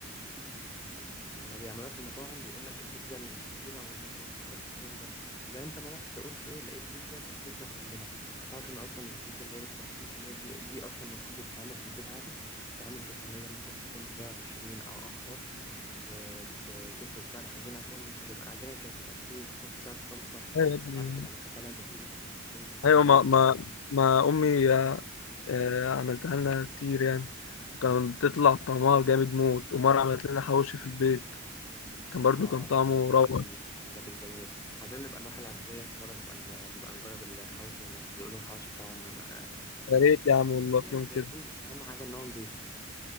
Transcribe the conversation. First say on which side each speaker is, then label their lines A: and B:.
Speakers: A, on the left; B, on the left.
A: كنا لما بيعملوها في المطاعم بيقول لك البيتزا الكبيرة والمتوسطة والكلام ده زي انت ما رحت قلت ايه لقيت بيتزا كفتنا كلنا تعرف ان اصلا البيتزا اللي هي بتكفتنا كلنا دي دي اصلا المفروض بتتعمل في البيت عادي بتتعمل في صينية مثلا تكون 120 او اكتر وتفرد فيها العجينة كويس وتبقى العجينة كانت تبقى كتير وتحط فيها الصلصة
B: أيوة يا ابني.
A: واحيانا كنا بنحط عليها زيتون وجبنة رومي والكلام
B: ايوه ما ما
A: ده
B: ما امي آه، آه، عملتها لنا كتير يعني وكان بتطلع طعمها جامد موت ومرة عملت لنا حواوشي في البيت كان برضو
A: اه
B: كان طعمه
A: ده من الحاجات
B: روعة
A: الحاجات الجميلة عايزين نبقى نروح العزية في مرة نبقى نبقى نجرب الحوشي هناك بيقولوا الحوشي بتاعهم آه،
B: يا ريت
A: تقيل
B: يا عم والله
A: وتقيل
B: في يوم كده
A: ونضيف أهم حاجة إن هو نضيف